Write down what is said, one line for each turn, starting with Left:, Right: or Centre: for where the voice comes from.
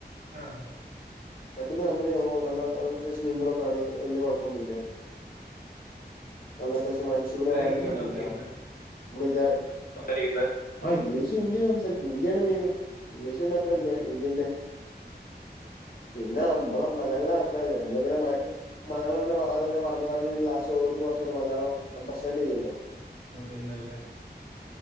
Right: ആഹ
Left: പെട്ടെന്ന് കമ്പനിയാവും ഓ നല്ല അത്യാവിശ്യം മിംഗ്‌ളൊക്കെയാണ് വലിയ കുഴപ്പല്ല അല്ലാത്തശ്യം ഫ്രൺഷിപ്പിന്
Right: അവരെ
Left: വാലിയൂ
Right: ഇംഗ്ലീഷ്
Left: കൊടുക്ക്ണ
Right: ആണ്
Left: ടീംസാ
Right: സംസാരിക്കുന്നത്
Left: മ്മള് വിചാരി സംസാരിക്കട്ടെ ആ ഇംഗ്ലീഷും ഹിന്ദി സംസാരിക്കും ഹിന്ദിയാണ് മെയിന് ഇംഗ്ലീഷ് പിന്നെ അത്രല്ല
Right: ആ
Left: ഹിന്ദിന്നെ പിന്നെ നമ്മള മലയാളരണല്ലേ ഇമ്മള ഇങ്ങനെ മലയാള ങ്ങനെ അവരങ്ങനെ പറഞ്ഞഞ് പിന്നെ ഓൽ കുറച്ചൊക്കെ മലയാള അണ്ടർസ്റ്റാഡ് ചെയ്യല്ലോ
Right: ആ പിന്നല്ലേ